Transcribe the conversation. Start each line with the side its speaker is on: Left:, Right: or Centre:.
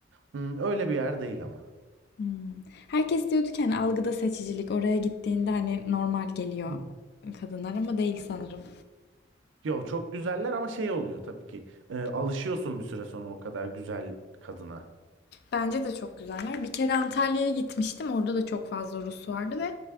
Right: Hmm, öyle bir yer değil ama.
Left: Hmm. Herkes diyordu ki hani algıda seçicilik oraya gittiğinde hani normal geliyor
Right: Hı.
Left: kadınlar ama değil sanırım.
Right: Yo çok güzeller ama şey oluyor tabii ki. Eee, alışıyorsun bir süre sonra o kadar güzel kadına.
Left: Bence de çok güzeller. Bir kere Antalya'ya gitmiştim. Orada da çok fazla Rus vardı ve